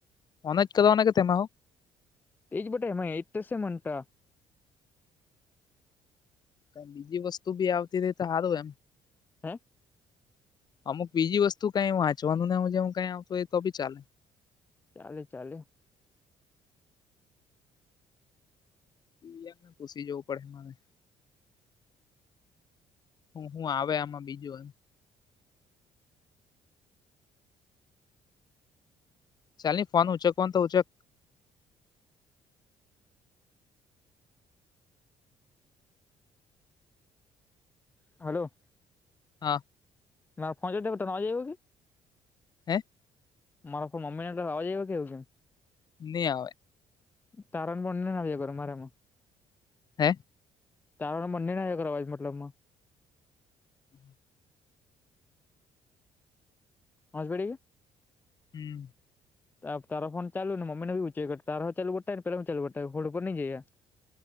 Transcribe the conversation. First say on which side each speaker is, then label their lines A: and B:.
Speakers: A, on the left; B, on the left.
A: ઓને જ કના કે તેમાં આવ?
B: તે જ ભટા એ તશે મતા
A: ક બીજી વસ્તુ બી આવતી ર તો સારું એમ.
B: હે?
A: અમુક બીજી વસ્તુ કઈ વાંચવાનું ને હ જેમું કઈ આવત હોય તો બી ચાલે
B: ચાલે ચાલે
A: <unintelligible> હ હું આવે આમાં બીજું એમ ચાલ ની ફોન ઉંચે કો તો ઉંચે
B: હલો
A: હા
B: ના પહોંચ દે ત તો તમે આવ જઈવો
A: હે?
B: <unintelligible>
A: નહી આવે
B: તારણ બંને ના વયો કરો મારે એમાં
A: હે?
B: તારમાં મને નાય એકરવાજ મતલબમાં
A: <inaudible>
B: પાંચ પડી,
A: હમ
B: <unintelligible>